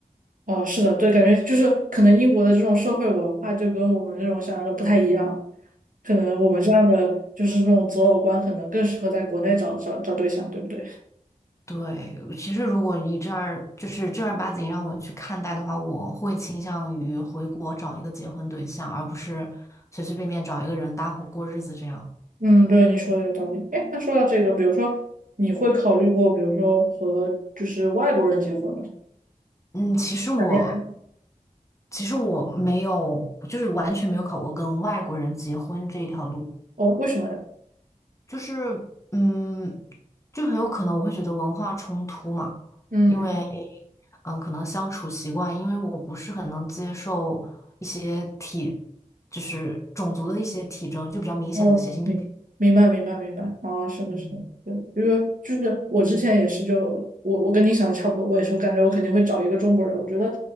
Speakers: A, on the right; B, on the left.
A: 哦，是的，对，感觉就是可能英国的这种社会文化就跟我们那种想象的不太一样，可能我们这样的就是那种择偶观可能更适合在国内找找找对象，对不对？
B: 对，其实如果你这儿就是正儿八经让我去看待的话，我会倾向于回国找一个结婚对象，而不是随随便便找一个人搭伙过日子这样。
A: 嗯，对，你说的有道理。哎，那说到这个，比如说，你会考虑过，比如说和就是外国人结婚吗？
B: 嗯，其实我
A: 谈恋爱。
B: 其实我没有，就是完全没有考过跟外国人结婚这一条路。
A: 哦，为什么呢？
B: 就是，嗯，就很有可能我会觉得文化冲突嘛，
A: 嗯。
B: 因为，嗯，可能相处习惯，因为我不是很能接受一些体，就是种族的一些体征，就比较明显的血腥。
A: 哦，明明白明白明白，哦，是的，
B: 嗯，
A: 是的，对，因为就是我之前也是就，我我跟你想的差不多，我也是，我感觉我肯定会找一个中国人，我觉得